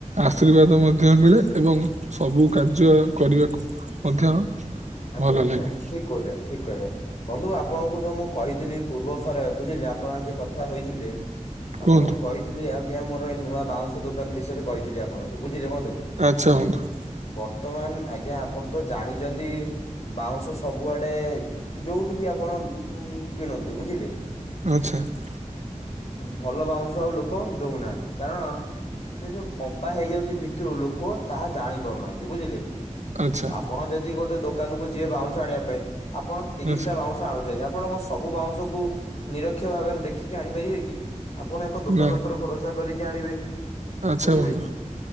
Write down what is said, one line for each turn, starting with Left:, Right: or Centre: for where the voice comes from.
Right: ଆଶୀର୍ବାଦ ମଧ୍ୟ ମିଳେ। ଏବଂ ସବୁ କାର୍ଯ୍ୟ କରିବାକୁ <inaudible>
Left: ଆଜ୍ଞା
Right: ଭଲ
Left: ଆଜ୍ଞା,
Right: ଲାଗେ
Left: ଠିକ୍ ଠିକ୍ କହିଲେ। ବନ୍ଧୁ ଆପଣଙ୍କୁ ଯଉ ମୁଁ କହିଥିଲି, ପୂର୍ବ ବୁଝିଲେ ଆପଣ ଯଉ କଥା ହୋଇଥିଲେ।
Right: କୁହନ୍ତୁ
Left: ଆପଣଙ୍କୁ କହିଥିଲି ଆଜ୍ଞା, ମୋର ଏ ନୂଆ ବାଉଁଶ ଦୋକାନ ବିଷୟରେ କହିଥିଲି ଆପଣଙ୍କୁ, ବୁଝିଲେ ବନ୍ଧୁ।
Right: ଆଚ୍ଛା ବନ୍ଧୁ।
Left: ବର୍ତ୍ତମାନ୍‌, ଆଜ୍ଞା ଆପଣ୍ ତ ଜାଣିଚନ୍ତି। ବାଉଁଶ ସବୁ ଆଡ଼େ, ଉଠୁ ବି ଆପଣ କିଣନ୍ତୁ ବୁଝିଲେ।
Right: <inaudible>
Left: ଭଲ ବାଉଁଶ ଆଉ ଲୋକ ଦଉ ନାହାନ୍ତି। କାରଣ ସେ ଯଉ ଫମ୍ପା ହେଇଯାଉଚି, ଭିତରୁ ଲୋକ ତାହା ଜାଣି ପାରୁ ନାହାନ୍ତି ବୁଝିଲେ।
Right: ଆଚ୍ଛା
Left: ଉଁ ଆପଣ ଯଦି ଗୋଟେ ଦୋକାନ କୁ ଯିବେ ବାଉଁଶ ଆଣିବା ପାଇଁ ଆପଣ ତିରିଶଟା
Right: ଆଚ୍ଛା
Left: ବାଉଁଶ ଆଣୁ ଯଦି ଆପଣଙ୍କ ସବୁ ବାଉଁଶକୁୁ ନିରକ୍ଷ ଭାବରେ ଦେଖିକି ଆଣିପାରିବେ କି? ଆପଣ ଏକ ଦୋକାନ
Right: ନାଇଁ
Left: ଉପରେ ଭରସା କରିକି ଆଣିବେ
Right: ଆଚ୍ଛା
Left: ବୁଝିଲେ।
Right: ବନ୍ଧୁ